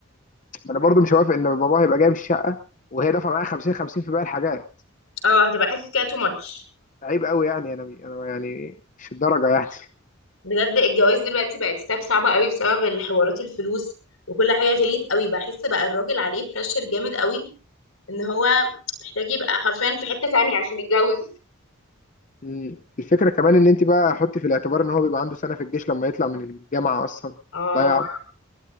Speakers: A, on the left; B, on the left.
A: انا برضو مش موافق ان باباه هيبقى جايب الشقه وهي دافعه معايا 50 50 في باقي الحاجات
B: اه هتبقى حاسس كده تو ماتش
A: عيب قوي يعني انا انا يعني مش الدرجه يعني
B: بجد الجواز دلوقتي بقت ستاب صعبه قوي بسبب الحوارات الفلوس وكل حاجه غليت قوي بحس بقى الراجل عليه بريشر جامد قوي ان هو محتاج يبقى حرفيا في حتة تانية عشان يتجوز
A: مم. الفكره كمان ان انت بقى حطي في الاعتبار ان هو بيبقى عنده سنه في الجيش لما يطلع من الجامعه اصلا
B: اه
A: ضايعه